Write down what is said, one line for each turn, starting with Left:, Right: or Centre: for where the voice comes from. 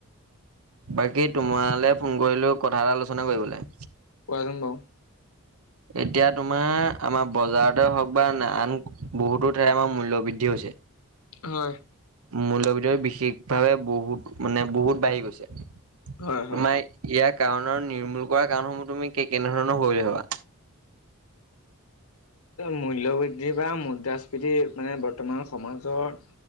Right: বাকী তোমালৈ ফোন কৰিলো কথা এটা আলোচনা কৰিবলৈ
Left: পোৱাচ বও
Right: এতিয়া তোমাৰ আমাৰ বজাৰতে হওক বা আন বহুতো ঠাই আমাৰ মূল্যয় বৃদ্ধি হৈছে
Left: হয়
Right: মূল্যবিধ বিশেষভাৱে বহুত মানে বহুত বাঢ়ি গৈছে তোমাৰ
Left: হয় হয়
Right: ইয়াৰ কাৰণৰ নিৰ্মূল কৰা কাৰণসমূহ তুমি কে কেনেধৰণৰ হল হবা
Left: মূল্যবৃদ্ধি বা মুদ্ৰাস্ফীতি মানে বৰ্তমানৰ সমাজৰ